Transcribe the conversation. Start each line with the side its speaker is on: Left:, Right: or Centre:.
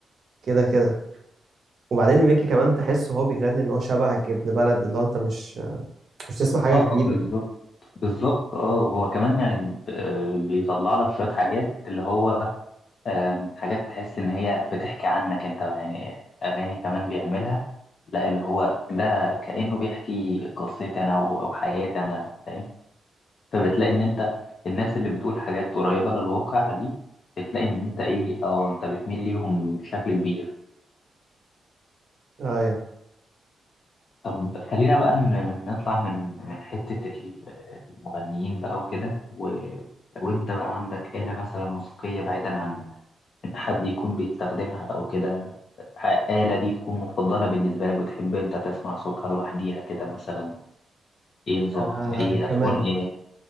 Right: كده كده وبعدين ميكي كمان تحس هو بيغني إن هو شبهك ابن بلد اللي هو أنت مش مش تسمع حاجة
Left: اه
Right: غريبة
Left: بالظبط بالظبط اه وهو كمان يعني ب- آه، بيطلع لك شوية حاجات اللي هو آم، حاجات تحس إن هي بتحكي عنك أنت يعني أغاني كمان بيعملها لا اللي هو ده كأنه بيحكي قصتي أنا أو أو حياتي أنا فاهم فبتلاقي إن أنت الناس اللي بتقول حاجات قريبة للواقع دي بتلاقي إن أنت إيه أو أنت بتميل ليهم بشكل كبير
Right: أيوة
Left: طب خلينا بقى ن- نطلع من من حتة ال- المغنيين بقى وكده و... وأنت بقى عندك آلة مثلا موسيقية بعيدا عن حد يكون بيستخدمها أو كده آلة دي تكون مفضلة بالنسبة لك بتحب أنت تسمع صوتها لوحديها كده مثلا إيه نظامها
Right: آه
Left: إيه هتكون
Right: كمان
Left: إيه